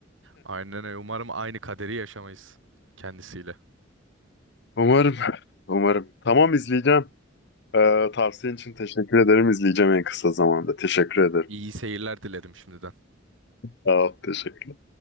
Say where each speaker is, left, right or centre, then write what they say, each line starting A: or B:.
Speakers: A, on the right; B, on the left.
A: Aynen öyle. Umarım aynı kaderi yaşamayız kendisiyle.
B: Umarım. Umarım. Tamam izleyeceğim. Ee, tavsiyen için teşekkür ederim. İzleyeceğim en kısa zamanda. Teşekkür ederim.
A: İyi seyirler dilerim şimdiden.
B: Sağ ol, teşekkür.